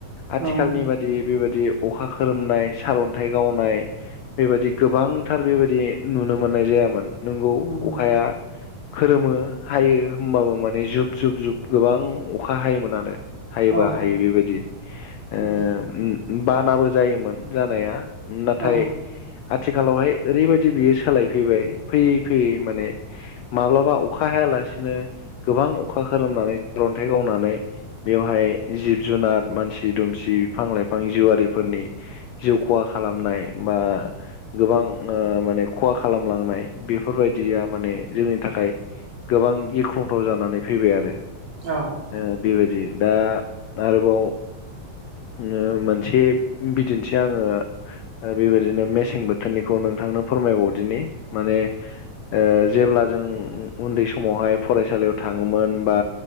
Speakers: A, on the left (about 85°); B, on the right (about 45°).
A: आथिखालनि
B: औ
A: बादि बेबादि अखा खोरोमनाय सारन्थाइ गावनाय बेबायदि गोबांथार बेबायदि नुनो मोननाय जायामोन। नोंगौ
B: नंगौ
A: अखाया खोरोमो हायो होम्बाबो माने जुब जुब जुब गोबां अखा हायोमोन आरो। हायोबा
B: औ
A: हायो बेबायदि ओ
B: नंगौ
A: उम बानाबो जायोमोन जानाया। नथाइ
B: औ
A: आथिखालावहाय ओरैबायदि बियो सोलायफैबाय फैयै फैयै माने माब्लाबा अखा हायालासिनो गोबां अखा खोरोमनानै सारन्थाइ गावनानै बेवहाय जिब-जुनार मानसि दुमसि बिफां लाइफां जिउआरिफोरनि जिउ खहा खालामनाय बा गोबां ओ माने खहा खालामलांनाय बेफोरबायदिया माने जोंनि थाखाय गोबां गिख्रंथाव जानानै फैबाय आरो।
B: औ।
A: ओ बेबायदि दा आरोबाव ओ मोनसे बिदि थि आङो ओ बेबायदिनो मेसें बोथोरनिखौ नोंथांनो फोरमायबावदिनि माने ओ जेब्ला जों उम उन्दै समावहाय फरायसालियाव थाङोमोन बा